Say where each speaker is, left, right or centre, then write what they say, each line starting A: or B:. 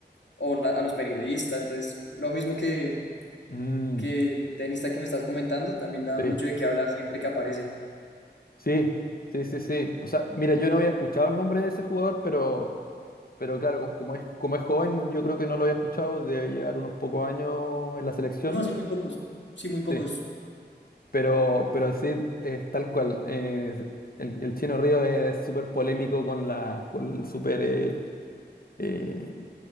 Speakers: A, on the left; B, on the left.
A: o la- a los periodistas. Entonces, lo mismo que,
B: Mm.
A: que el tenista que me estás comentando, también da
B: Sí,
A: mucho de qué hablar siempre que aparece.
B: sí, sí, sí, sí. O sea, mira, yo no había escuchado el nombre de ese jugador, pero, pero claro, co- como es, como es joven, yo creo que no lo había escuchado, debe llevar unos pocos años en la selección.
A: No, sí, muy pocos. Sí, muy pocos.
B: Sí. Pero, pero sí, es tal cual. eh, el, el Chino Río es súper polémico con la, con súper, eh, eh,